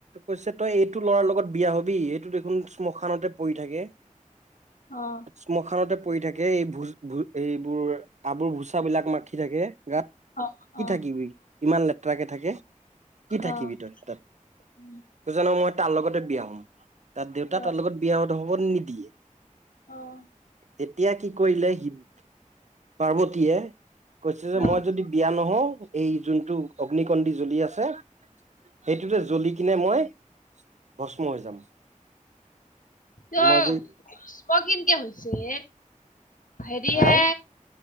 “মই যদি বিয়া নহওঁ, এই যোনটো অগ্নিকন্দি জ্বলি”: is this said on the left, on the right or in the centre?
Right